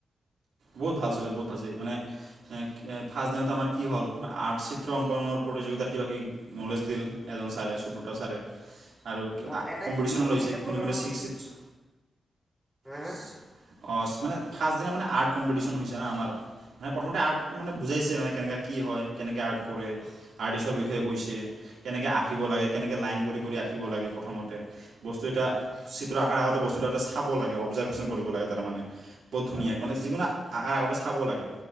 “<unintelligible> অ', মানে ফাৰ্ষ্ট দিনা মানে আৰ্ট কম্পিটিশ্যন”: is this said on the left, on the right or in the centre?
Right